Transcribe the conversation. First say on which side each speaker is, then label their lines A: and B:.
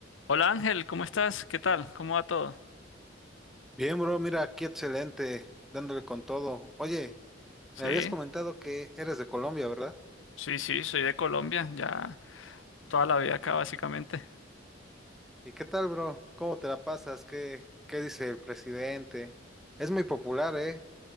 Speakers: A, on the left; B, in the centre.
A: Hola Ángel, ¿cómo estás? ¿Qué tal? ¿Cómo va todo?
B: Bien, bro, mira, aquí excelente, dándole con todo. Oye,
A: Sí,
B: me habías comentado que eres de Colombia, ¿verdad?
A: sí, sí, soy de Colombia, ya toda la vida acá básicamente.
B: ¿Y qué tal, bro? ¿Cómo te la pasas? ¿Qué, qué dice el presidente? Es muy popular, ¿eh?